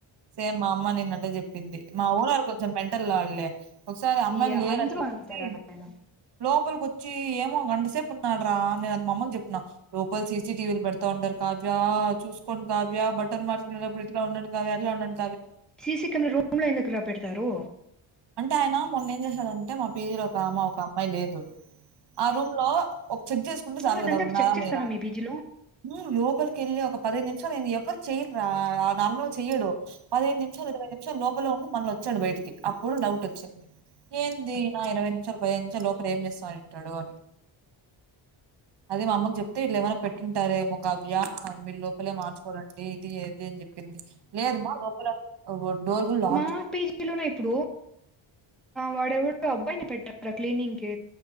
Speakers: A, on the right (about 60°); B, in the centre.
A: సేమ్ అమ్మ నేను చెప్పింది మా ఓనర్ కొంచెం మెంటల్ లాలే ఒకసారి అమ్మాయిలు
B: ఈ
A: లేరని
B: అందరూ
A: చెప్పేసి
B: అంతారా నాయన
A: లోపలికి వచ్చి ఏమో గండి ఎంత సేపు ఉన్నాడు రా మా అమ్మకు చెప్పిన లోపలి సీసిటీవీ పడతన్నా ఉండరు కావ్య చూసుకోండి కావ్య బట్టలు మార్చకునేటప్పుడు ఇట్లా ఉడండి కావ్య ఇలా ఉండడి
B: సీసీ కెమెరా రూంలో ఎందుకు రా పెడతారు
A: అంటే ఆయన మొన్న ఎం చేసాం అంటే పీజర్ ఒక అమ్మా ఒక అమ్మాయి లేదు ఆ రూమ్ లో ఒక చెక్ చేసుకుంటే
B: ఓ
A: చాలు
B: అదంతా
A: కదా ఉన్నారా
B: చెక్ చేస్తారా
A: లేరా అని
B: మీ పీజీలో
A: లో లోపలికి వెళ్ళి ఒక పదిహదు నిమిషాలు న ఎవరు చెయ్యారు ఆ నా రూంలో చెయ్యడు పదహదు నిమిష ఇరవై నిమిష లో లో ఉండి మళ్ళొచ్చాడు బయటికి అప్పుడు డౌట్ వచ్చింది ఏంది నా ఇరవై నిమిషాలు పదిహేన్ నిమిషాల్ లోపల ఏం చేస్తాంటాడు అని అదే మా అమ్మకు చెప్తే ఇళ్ళ ఏమైనా పెట్టింటారే మో కావ్య మీ లోపలే మార్చుకోలండి దే ఇది ఏది అని చెప్పింది లేదుమా లోక డోర్ లా
B: ఆ పీజిలోనే ఇప్పుడు వాడెవడో అబ్బాయిని పెట్ట ఆ క్లీనింగ్ కి